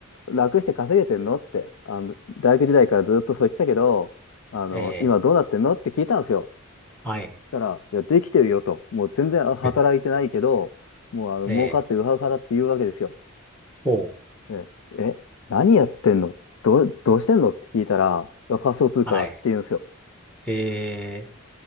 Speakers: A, on the left; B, in the centre.
A: 楽して稼げてんのって、あの、大学時代からずっとそう言ってたけど、あの、
B: ええ。
A: 今どうなってんのって聞いたんですよ。
B: はい。
A: たら、いや、できてるよと。もう全然働いてないけど、
B: <laughs>
A: もうあの儲かってウハウハだって言うわけですよ。
B: ええ。おう。
A: ね、え、何やってんのどう、どうしてんのって聞いたら、いや仮想通貨だって言うんですよ。
B: はい。ええ。